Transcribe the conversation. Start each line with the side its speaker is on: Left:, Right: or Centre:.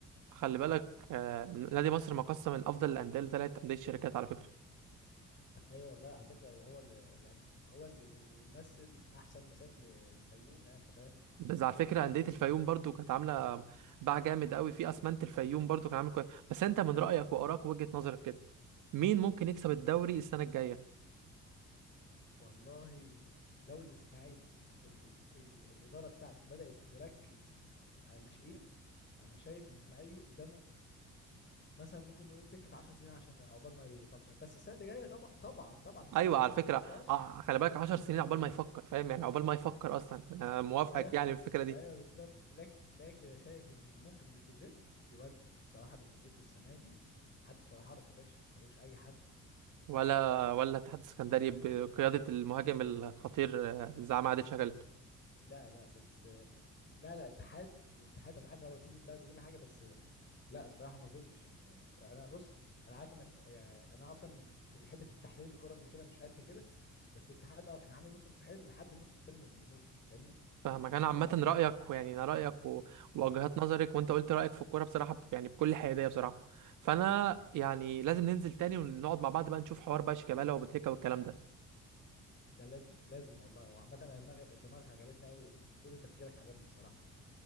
Right: خلي بالك آه، نادي مصر مقسم من افضل الانديه لثلاث انديه شركات على فكره
Left: ايوه والله على فكره وهو اللي يعني هو اللي اللي مثل احسن مثال للفيوم يعني انت فاهم
Right: بس على فكره انديه الفيوم برضو كانت عامله باع جامد قوي في اسمنت الفيوم برضو كان عامل كويس بس انت من رايك وارائك وجهه نظرك كده مين ممكن يكسب الدوري السنه الجايه
Left: والله لو الاسماعيلي ال ال ال الاداره بتاعته بدات تركز على ناشئين انا شايف ان الاسماعيلي قدامه مثلا ممكن نقول سكه 10 سنين عشان عقبال ما يفكر بس السنه اللي جايه طبعا طبعا طبعا من
Right: ايوه
Left: غير اي
Right: على فكره
Left: نقاش
Right: آه، خلي بالك 10 سنين عقبال ما يفكر فاهم يعني عقبال ما يفكر اصلا انا موافقك
Left: ايوه <laughs>
Right: يعني في الفكره دي
Left: ايوه بالظبط لكن لكن شايف ان ممكن بتروجيت يودي صراحه بتروجيت السنه دي حدث ولا حرج يا باشا ملوش اي حل
Right: ولا ولا اتحاد السكندري بقياده المهاجم الخطير آه، زعيم عادل شغال
Left: لا لا بس لا لا اتحاد الاتحاد انا عارف هو سيد البلد وكل حاجه بس لا الصراحه ما اظنش يعني انا بص انا عارف انك ف- يعني انا اصلا في حته التحليل الكروي وكده مش قد كده بس الاتحاد اه كان عامل موسم حلو لحد النص التاني من الموسم فاهمني
Right: فاهمك انا
Left: بس
Right: عامه رايك ويعني انا رايك و- ووجهات نظرك وانت قلت رايك في الكوره بصراحه ب- يعني بكل حياديه بصراحه فانا يعني لازم ننزل تاني ونقعد مع بعض بقى نشوف حوار بقى شيكابالا وبوتريكا والكلام ده
Left: ده لازم لازم والله وعامه انا دماغ دماغك عجبتني قوي وكل تفكيرك عجبني الصراحه